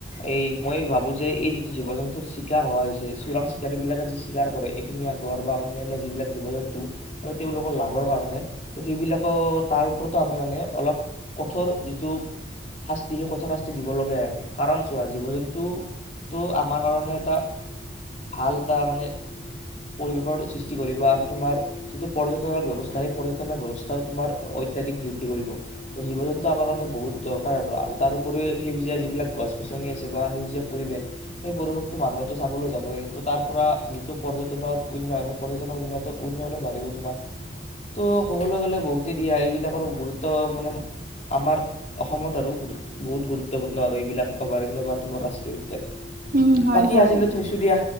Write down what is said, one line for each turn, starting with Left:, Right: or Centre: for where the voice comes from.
Left: এই মই ভাবো যে এই যিটো জীৱ-জন্তুৰ চিকাৰ হোৱা হৈছে চোৰাং-চিকাৰীবিলাকে যি চিকাৰ কৰে, এইখিনি আগৰ বা অন্যান্য যিবিলাক জীৱ-জন্তু মানে তেওঁলোকৰ লাভৰ কাৰণে ত' সেইবিলাকৰ তাৰ ওপৰতো আমি মানে অলপ কঠোৰ যিটো শাস্তি, সেই কঠোৰ শাস্তি দিবলগীয়া হয়। কাৰণ চোৱা জীৱ-জন্তুটো আমাৰ কাৰণে এটা ভাল এটা মানে পৰিৱেশৰ সৃষ্টি কৰিব, আৰু তোমাৰ যিটো পৰ্যটনৰ ব্যৱস্থা সেই পৰ্যটনৰ ব্যৱস্থা তোমাৰ অত্যাধিক বৃদ্ধি কৰিব। ত জীৱ-জন্তু আমাৰ কাৰণে বহুত দৰকাৰ আৰু তাৰো উপৰিও সেউজীয়া যিবিলাক গছ-গছনি আছে বা সেউজীয়া পৰিৱেশ, সেই পৰিৱেশটো মানুহেতো চাবলৈ যাবই ত' তাৰ পৰা যিটো পৰ্যটনৰ উন্নয়ন সেই পৰ্যটনৰ উন্নয়নো বাঢ়িব তোমাৰ ত' ক'বলৈ গলে বহুতেই দিয়া এইবিলাকৰ গুৰুত ত্ব মানে আমাৰ অসমত আৰু গুৰুত্ব বহুত গুৰুত্বপূৰ্ণ আৰু এইবিলাক অভয়াৰণ্য বা তোমাৰ ৰাষ্ট্ৰীয় উদ্যান
Right: উম হয়
Left: বাকী
Right: হয়
Left: আজিলৈ থৈছো দিয়া